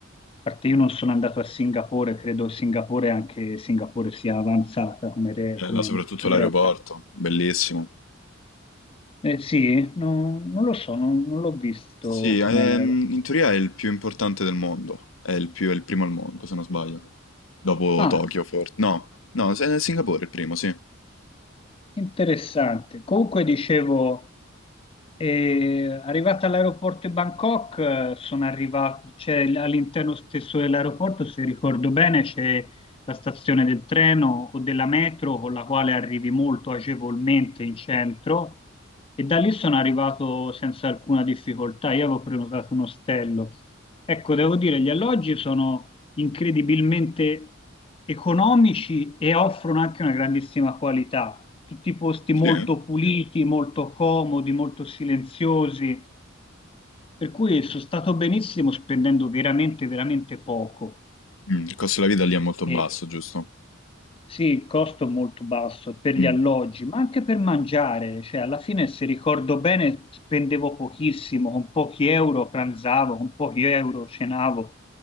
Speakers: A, on the left; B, on the left.
A: A parte io non sono andato a Singapore, credo Singapore anche Singapore sia avanzata come, re-
B: Bella,
A: come-
B: soprattutto
A: come
B: l'aeroporto,
A: realtà.
B: bellissimo.
A: Eh, sì, no- non lo so, non, non l'ho visto
B: Sì, ehm,
A: com'è la-
B: in teoria è il più importante del mondo, è il più- è il primo al mondo, se non sbaglio. Dopo
A: Ah,
B: Tokyo, forse. No, no, è Singapore il primo, sì.
A: Interessante. Comunque dicevo, eh, arrivata all'aeroporto di Bangkok, eh, sono arrivato, c'è l- all'interno stesso dell'aeroporto, se ricordo bene, c'è la stazione del treno o della metro con la quale arrivi molto agevolmente in centro e da lì sono arrivato senza alcuna difficoltà. Io avevo prenotato un ostello. Ecco, devo dire, gli alloggi sono incredibilmente economici e offrono anche una grandissima qualità tutti posti
B: Sì?
A: molto
B: eh?
A: puliti, molto comodi, molto silenziosi, per cui sono stato benissimo spendendo veramente, veramente poco.
B: Mm, il costo della vita lì è molto basso,
A: E Ok.
B: giusto?
A: sì, il costo è molto basso per
B: Mm.
A: gli alloggi, ma anche per mangiare, cioè alla fine, se ricordo bene, spendevo pochissimo, con pochi euro pranzavo, con pochi euro cenavo.